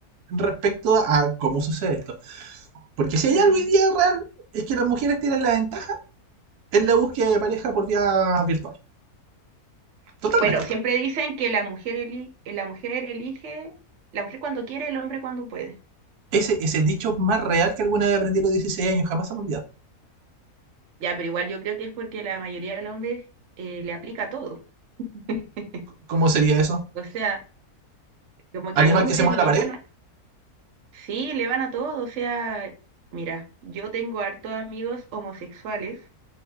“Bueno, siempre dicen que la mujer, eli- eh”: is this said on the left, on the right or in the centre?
Right